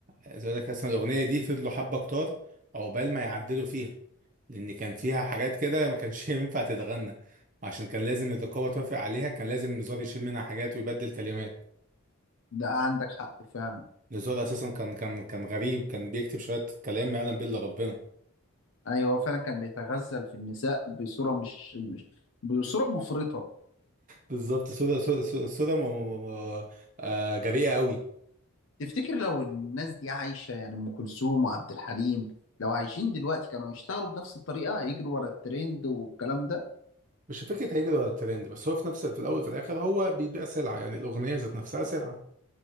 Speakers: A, on the right (about 35°); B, on the left (about 60°).
A: عايز اقول لك اصلا الاغنيه دي فضلوا حبه كتار عقبال ما يعدلوا فيها لان كان فيها حاجات كده ما كانش <laughs> ينفع تتغنى عشان كان لازم الرقابه توافق عليها كان لازم نزار يشيل منها حاجات ويبدل كلمات
B: ده عندك حق فعلا
A: نزار اساسا كان كان كان غريب كان بيكتب شويه كلام ما يعلم به الا ربنا
B: ايوه هو فعلا كان بيتغزل في النساء بصورة مش مش بصورة مفرطة
A: بالظبط صوره صوره صوره صورة م- م- م- آه، جريئه قوي
B: تفتكر لو الناس دي عايشة يعني ام كلثوم وعبد الحليم لو عايشين دلوقتي كانوا يشتغلوا بنفس الطريقة يجروا ورا الترند والكلام ده
A: مش فكره هيجري ورا الترند بس هو في نفس في الاول وفي الاخر هو بيبيع سلعه يعني الاغنيه ذات نفسها سلعه